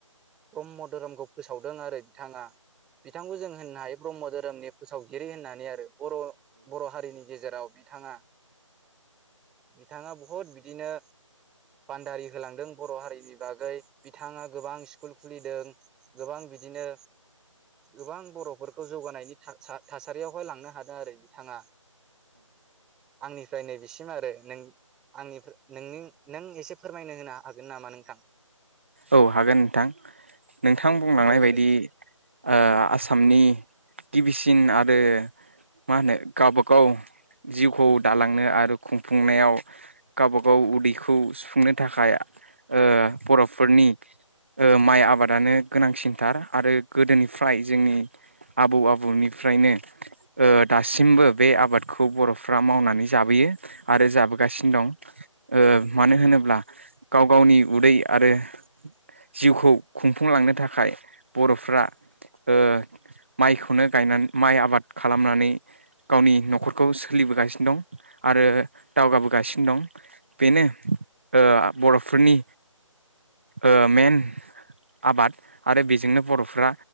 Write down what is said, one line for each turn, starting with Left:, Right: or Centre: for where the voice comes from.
Centre: ब्रह्म धोरोमखौ फोसावदों आरो बिथाङा बिथांखौ जों होननो हायो ब्रह्म धोरोमनि फोसावगिरि होननानै आरो बर' बर' हारिनि गेजेराव बिथाङा बिथाङा बहुद बिदिनो बान्दारि होलांदों बर' हारिनि बागै बिथाङा गोबां स्कुल खुलिदों गोबां बिदिनो गोबां बर'फोरखौ जौगानायनि था-था-थासारियावहाय लांनो हादों आरो बिथाङा आंनिफ्राय नै बिसो आरो नों आंनि नों नों एसे फोरमायनो होनो हागोन नामा नोंथां?
Right: औ हागोन नोंथां नोंथां बुंलांनाय
Centre: औ
Right: बायदि
Centre: दे
Right: ओ आसामनि गिबिसिन आरो मा होनो गावबागाव जिउखौ दालांनो आरो खुंफुंनायाव गावबा गाव उदैखौ सुफुंनो थाखाय ओ बर' फोरनि माइ आबादानो गोनांसिनथार आरो गोदोनिफ्राय जोंनि आबौ आबौनिफ्रायनो ओ दासिमबो बे आबादखौ बर'फ्रा मावनानै जाबोयो आरो जाबोगासिनो दं ओ मानो होनोब्ला गाव गावनि उदै आरो जिउखौ खुंफुंलांनो थाखाय बर'फ्रा ओ माइखौनो गायनानै माइ आबाद खालामनानै गावनि न'खरखौ सोलिबोगासिनो दं आरो दावगाबोगासिनो दं बेनो ओ बर'फोरनि ओ मेन आबाद आरो बेजोंनो बर'फ्रा